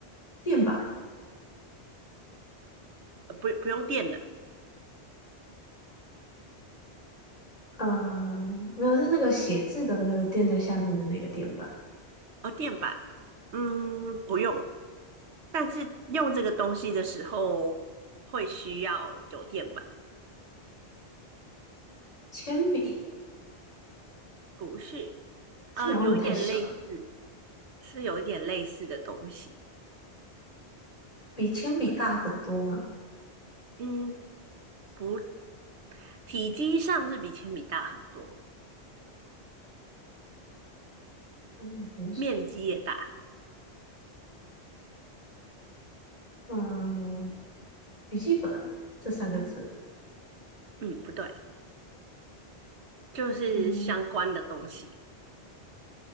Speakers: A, on the left; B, on the right.
A: 垫板，
B: 呃，不不用电的，
A: 呃，没有，是那个写字的那个垫在下面的那个垫板。
B: 哦，电板，嗯，不用。但是用这个东西的时候会需要酒店吧？
A: 铅笔，
B: 不是？呃，
A: 铅笔好像有点太小了，
B: 有一点类似，是有一点类似的东西。
A: 比铅笔大很多吗？
B: 嗯，不，体积上是比铅笔大很多，
A: 嗯，没什
B: 面积也大。
A: 么。嗯，笔记本这三个字，
B: 嗯，不对，就是相关的东西。
A: 嗯，